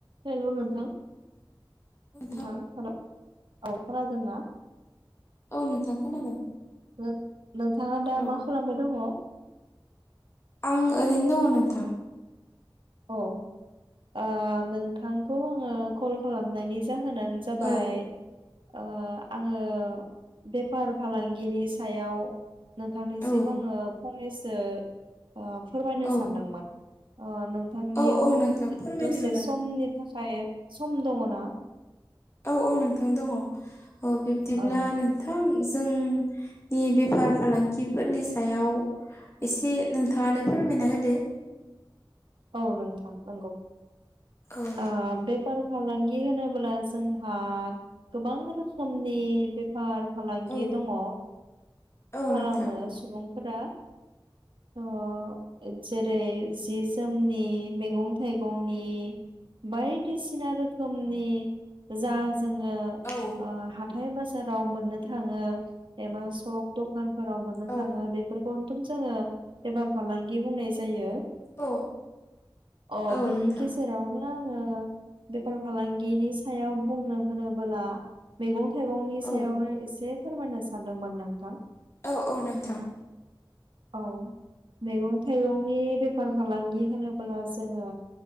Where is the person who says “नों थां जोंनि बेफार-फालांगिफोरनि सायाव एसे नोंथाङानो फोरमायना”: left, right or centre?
Left